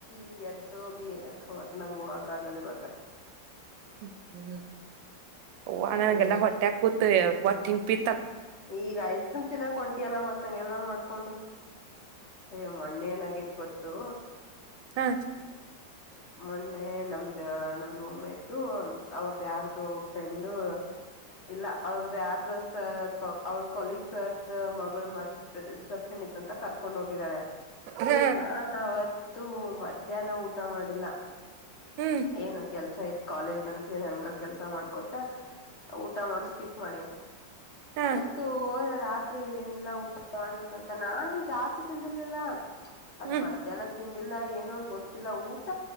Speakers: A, on the left; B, on the right.
A: ಈಗ ಎದ್ದೋಗಿ ಅಥ್ ಅದ ನಂಗ ಹೋಗಕ್ ಆಗಲ್ಲ ಇವಾಗ
B: ಹ್ಮ್ ಓ ನನ್ಗೆಲ್ಲ
A: ಏ
B: ಹೊಟ್ಟೆ ಕೂತ ಒ ತಿಂಗ ಪಿ
A: ಈಗ ಷ್ಟ್ರಮ್ ಚನ್ನಾಗ ಹೊಂಟಿಯಲ್ಲ ಮತ್ತಂಗೆಲ್ಲ ಮಾಡ್ಕೊಂಡು ಯ ಮೊಣ್ಣೆ ಏನಾಗೇತ್ ಗೊತ್ತು
B: ಹಾ
A: ಮೊನ್ನೆ ನಮ್ದ ನಮ್ ರೂಮ್ಟು ಅವ್ರ್ದ ಯಾರ ಫ್ರೆಂಡು ಇಲ್ಲ ಅವ್ರದ್ದ ಯಾರ್ದ ಸ ಅವಳ ಕೊಲಗ್ ಸರ್ದ ಮಗಳ ಮದ ರಿಸೆಪ್ಷನ್ ಇತ್ತ ಅಂತ ಕರ್ಕೊಂಡ್ ಹೋಗಿದ್ದಾಳೆ
B: ಹ
A: ನಾನ್ವತ್ತುೂ ಮಧ್ಯಾಹ್ನ ಊಟ ಮಾಡಿಲ್ಲ
B: ಹ್ಮ್
A: ಏನು ಕೆಲ್ಸ ಯತ್ ಕಾಲೇಜ್ ಅಂತ ಹೇಳಿ ಹಂಗ ಕೆಲ್ಸ ಮಾಡ್ಕೊತ ಊಟ ಮಾಡ ಸ್ಕಿಪ್ ಮಾಡೇನ್
B: ಹ
A: ಆಯ್ತು ಹೋದ ರಾತ್ರಿ ಏನಲ್ಲಊ ಮಾಡ್ಬೇಕಂತ ನಾನೇಏನ್ ಜಾಸ್ತಿ ತಿಂದಿರ್ಲಿಲ್ಲ ಅದ್
B: ಹ್ಮ್
A: ಮಧ್ಯಾಹ್ನ ತಿಂದಿಲ್ಲ ಏನು ಗೊತ್ತಿಲ್ಲ ಊಟ